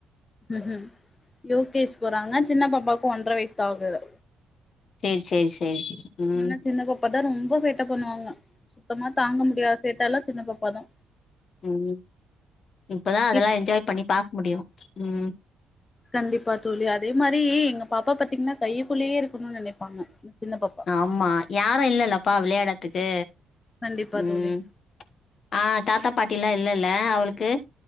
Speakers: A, on the left (about 25°); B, on the left (about 50°).
A: ம் யு கே ஜ் போறாங்க சின்ன பாப்பாக்கு ஒன்றவய்சு தா ஆகுது
B: சேர் சேர் சேரி ம்
A: ஆனா சின்ன பாப்பா தா ரொம்ப சேட்ட பண்ணுவாங்க சுத்தமா தாங்க முடியாத சேட்டெல்லா சின்ன பாப்பாதா
B: ம் இப்பதா அதெல்லா
A: இப்
B: என்ஜாய் பண்ணி பாக்முடியு ம்
A: கண்டிப்பா தோழி அதே மாரி எங்க பாப்பா பாத்தீங்ன்னா கையக்குள்ளேயே இருக்கணும்னு நெனைப்பாங்க சின்ன பாப்பா
B: ஆம்மா யாரு இல்லல்லப்பா விளையாடத்துக்கு
A: கண்டிப்பா
B: ம்
A: தோழி
B: ஆ தாத்தா பாட்டில்லா இல்லல்ல அவுள்க்கு